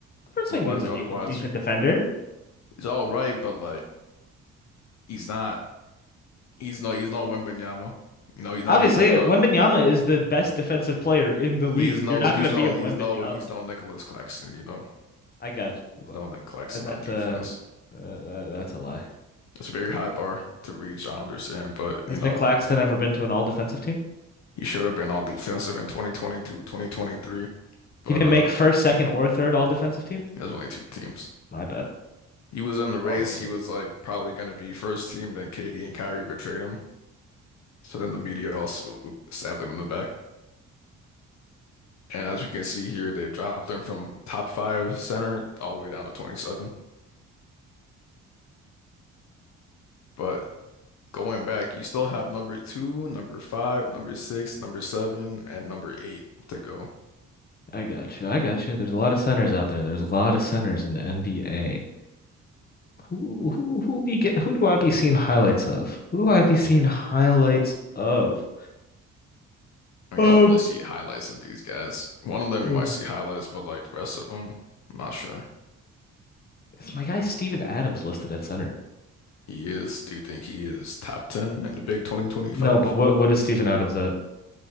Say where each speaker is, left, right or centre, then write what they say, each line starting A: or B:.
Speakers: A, on the left; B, on the left.
A: Alperen
B: Otherwise,
A: Şengün's a
B: otherwise
A: decent, decent
B: you
A: defender.
B: he's all right, but like he's not. He's no. He's no Wembanyama. You know, he's not
A: Obviously,
B: even.
A: Wembanyama
B: Uh,
A: is the best defensive player in the league.
B: he's no.
A: You're not
B: He's
A: gonna be
B: no.
A: a
B: He's
A: Wembanyama.
B: no. He's no Nicholas Claxton. You know,
A: I got you.
B: he's
A: Well,
B: no Nick Claxton
A: that, that's
B: on defense.
A: a uh, that, that's a lie.
B: It's a very high bar to reach. I understand, but
A: Has
B: you know,
A: Nick Claxton ever been to an all defensive team?
B: he should have been all defensive in 2022, 2023. But
A: He didn't
B: uh,
A: make first, second, or third all defensive team.
B: there's only two teams.
A: My bad.
B: He was in the race.
A: Oh, yeah.
B: He was like probably going to be first team. Then Katie and Kyrie betrayed him. So then the media also stabbed him in the back. And as you can see here, they dropped him from top five center all the way down to 27. But going back, you still have number two, number five, number six, number seven, and number eight to go.
A: I got you. I got you. There's a lot of centers out there. There's a lot of centers in the NBA. Who who who be get, who do I be seeing highlights of? Who do I be seeing highlights of?
B: I mean,
A: Um,
B: you don't really see highlights of these guys. One of them you
A: um,
B: might see highlights, but like the rest of them, I'm not sure.
A: it's my guy Steven Adams listed at center.
B: He is, do you think he is top 10 in the big 2025?
A: No, but what what is Steven Adams at?